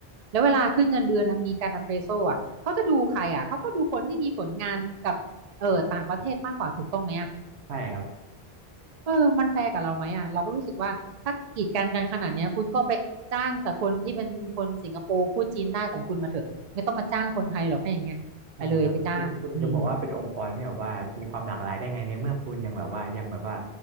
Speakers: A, on the right (about 45°); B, on the right (about 85°).
A: แล้วเวลาขึ้นเงินเดือนอ่ะมีการ appraisal อ่ะเขาจะดูใครอ่ะเขาก็ดูคนที่มีผลงานกับเออต่างประเทศมากกว่าถูกต้องไหมอ่ะ
B: ใช่ครับ
A: เออมันแฟร์กับเราไหมอ่ะเราก็รู้สึกว่าถ้ากีดกันกันขนาดเนี้ยคุณก็ไปจ้างแต่คนที่เป็นคนสิงคโปร์พูดจีนได้ของคุณมาเถอะไม่ต้องมาจ้างคนไทยหรอกถ้าอย่างเงี้ยไปเลยไปจ้างอืม
B: ใช่ครับคือคุณจะบอกว่าเป็นองค์กรที่แบบว่ามีความหลากหลายได้ไงในเมื่อคุณยังแบบว่ายังแบบว่า